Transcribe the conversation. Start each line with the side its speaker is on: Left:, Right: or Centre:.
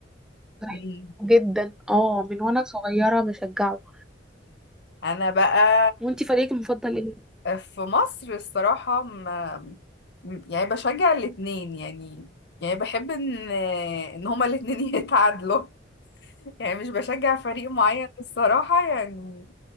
Centre: بحبه
Left: مم.
Centre: جدا اه من وانا صغيرة بشجعه
Left: انا بقى
Centre: وانتي فريقك المفضل ايه
Left: في مصر الصراحة ما م- يعني بشجع الاتنين يعني يعني بحب ان ان هما الاتنين <laughs> يتعادلوا يعني مش بشجع فريق معين الصراحة يعني